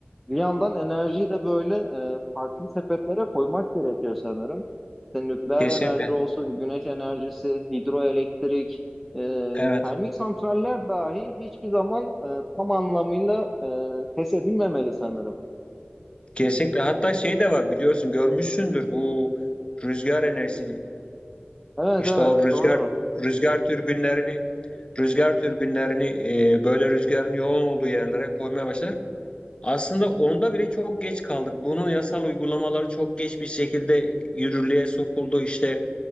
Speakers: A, in the centre; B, on the left (about 25°).
A: bir yandan enerjiyi de böyle e, farklı sepetlere koymak gerekiyor sanırım. İşte nükleer
B: kesinlikle,
A: enerji olsun, güneş enerjisi, hidroelektrik, e,
B: evet,
A: termik santraller dahi hiçbir zaman e, tam anlamıyla e, feshedilmemeli sanırım.
B: kesinlikle. Hatta şey de var biliyorsun görmüşsündür bu rüzgar enerjisi
A: Evet
B: işte
A: evet
B: o rüzgar
A: doğru.
B: rüzgar türbinlerini rüzgar türbinlerini e, böyle rüzgarın yoğun olduğu yerlere koymaya başlar. Aslında onda bile çok geç kaldık. Bunun yasal uygulamaları çok geç bir şekilde yürürlüğe sokuldu. İşte